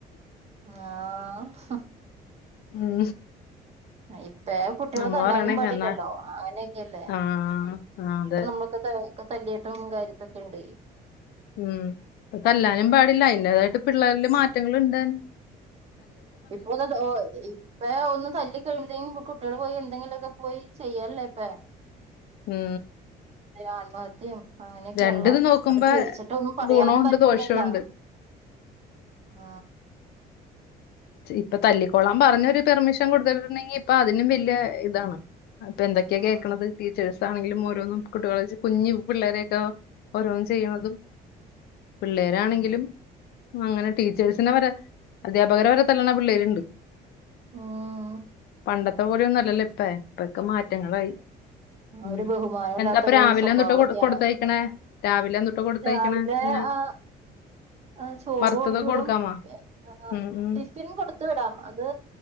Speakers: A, on the right; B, on the left.
A: ആ ഹ്
B: ഉം
A: അയ് ഇപ്പേ കുട്ടികള്
B: അമ്മ
A: തല്ലാനും
B: പറയണേക്ക
A: പാടില്ലല്ലോ
B: എന്നാ
A: ആങ്നെയൊക്കെയല്ലേ
B: ആഹ് ആഹ് അതെ
A: നമ്മകൊക്കെ ഒക്കെ തല്ലിട്ടും കാര്യതൊക്കെ ഇണ്ടെ
B: ഉം ഇപ്പതല്ലാനും പാടില്ല അയ്ന്റേതായിട്ട് പിള്ളേരില് മാറ്റ് റ്റങ്ങളുണ്ട്
A: ഇപ്പൊന്ന് തൊ ഇപ്പെ ഒന്ന് തല്ലിക്കഴ്ബഴ്തേനും കുട്ടികള് പോയി എന്തെങ്കിലുവൊക്കെ പോയി ചെയ്യല്ലെ ഇപ്പെ
B: ഉം
A: ആ മത്തിം ആ അങ്ങനെയൊക്കെയൊള്ള
B: രണ്ടിത് നോക്കുമ്പോ
A: അത് പേടിച്ചിട്ട് ഒന്നും പറയാനും
B: ഗുണമുണ്ട്
A: പറ്റുന്നില്ല
B: ദോഷമുണ്ട്
A: ആ
B: ഇപ്പ തല്ലി കൊളം പറഞ്ഞൊരു പെർമിഷൻ കൊട്ത്തിട്ടുണ്ടെങ്കി ഇപ്പൊ അതിനും വെല്യ ഇതാണ് അപ്പ എന്തെക്കെയാ
A: ആഹ്
B: കേക്കണത് ടിച്ചേഴ്സ് അതാണങ്കിലും ഓരോന്നും കുട്ടികളെ വെച് കുഞ്ഞി പിള്ളേരെയൊക്കെ ഓരോന്നും ചെയ്യണതും പിള്ളേരാണങ്കിലും
A: ആഹ്
B: അങ്ങനെ ടീച്ചേഴ്സ്നെ വരെ അധ്യാപകരെ വരെ തല്ലണ പിള്ളേരിണ്ട്
A: ഉം
B: പണ്ടത്തെ പോലെയൊന്നുഅല്ലലോ ഇപ്പെ ഇപ്പൊക്കെ മാറ്റങ്ങളായി
A: ആ
B: ഉം
A: ഒരു ബഹുമാനില്ലാതൊരു
B: എന്താപ്പൊ രാവിലെ
A: സ്വബാവൊക്കെയാണ്
B: എന്തുട്ടാ കൊട് കൊടുത്തയക്കണേ രാവിലെ എന്തുട്ടാ കൊടുത്തയക്കണേ
A: രാവിലെ
B: ഇങ്ങനെ
A: ആ ആ ചോറ്
B: വറുത്തതൊക്കെ
A: കൊടുത് വിടും
B: കൊടുക്കാമോ
A: ആ
B: ഉം ഉം
A: ടിഫിൻ കൊടുത് വിടാം അത്